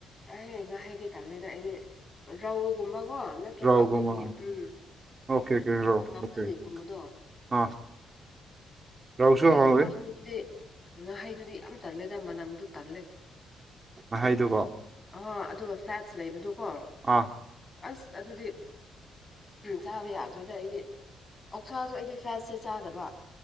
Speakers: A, on the left; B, on the right.
A: ꯑꯥꯏ ꯉꯥꯍꯩꯗꯤ ꯇꯜꯂꯤ ꯗ ꯑꯩꯗꯤ ꯔꯧꯎꯒꯨꯝꯕꯒꯣ ꯅ ꯅꯠꯇ꯭ꯔꯒ
B: ꯔꯧꯒꯨꯝꯕ
A: ꯑꯩꯈꯣꯏꯒꯤ ꯎꯝ
B: ꯑꯣꯀꯦ ꯑꯣꯀꯦ ꯔꯧ
A: ꯂꯣꯀꯦꯜꯒꯤ
B: ꯑꯣꯀꯦ
A: ꯎꯝꯕ ꯗꯣ
B: ꯑꯥ ꯔꯧꯁꯨ
A: ꯑꯩꯗꯤ
B: ꯍꯥꯎꯋꯤ
A: ꯉꯥꯍꯩꯗꯨꯗꯤ ꯉꯥꯍꯩꯗꯨꯗꯤ ꯌꯥꯝ ꯇꯜꯂꯦꯗ ꯃꯅꯝꯗꯨ ꯇꯜꯂꯦ
B: ꯉꯥꯍꯩꯗꯨꯒꯣ
A: ꯑꯍꯣ ꯑꯗꯨꯒ ꯐꯦꯠꯁ ꯂꯩꯕꯗꯨꯀꯣ
B: ꯑꯥ
A: ꯑꯁ ꯑꯗꯨꯗꯤ ꯆꯥꯕ ꯌꯥꯗ꯭ꯔꯦꯗ ꯑꯩꯗꯤ ꯑꯣꯛꯁꯥꯁꯨ ꯑꯩꯗꯤ ꯐꯦꯠꯁꯦ ꯆꯥꯗꯕ